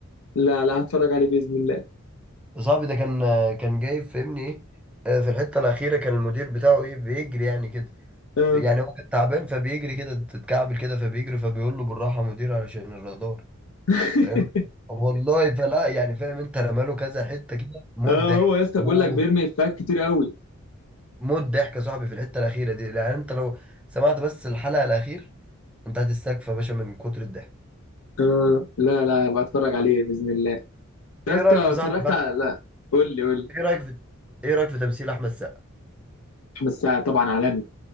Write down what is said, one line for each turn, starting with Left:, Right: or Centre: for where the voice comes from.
Left: لا لا هتفرج عليه باذن الله
Centre: صاحبي ده كان كان جاي فهمني إيه آه، في الحتة الأخيرة كان المدير بتاعه إيه بيجري يعني كده
Left: اه
Centre: يعني هو كان تعبان فبيجري كده تتكعبل كده فبيجري فبيقول له بالراحة يا مدير علشان الرادار
Left: <laughs>
Centre: فاهم والله فلا يعني فاهم أنت رماله كذا حتة كده موت
Left: اه
Centre: ضحك
Left: هو يا اسطى
Centre: موت
Left: بيقول لك بيرمي افيهات كتير قوي
Centre: موت ضحك يا صاحبي في الحتة الأخيرة دي يعني أنت لو سمعت بس الحلقة الأخيرة من تحت السقف يا باشا من كتر الضحك
Left: آه لا لا بتفرج عليه باذن الله يا
Centre: ايه
Left: اسطى
Centre: رايك يا
Left: اتفرجت
Centre: صاحبي بقى
Left: على لا قول لي قول لي
Centre: ايه رايك في ايه رايك في تمثيل احمد سقا
Left: احمد السقا طبعا عالمي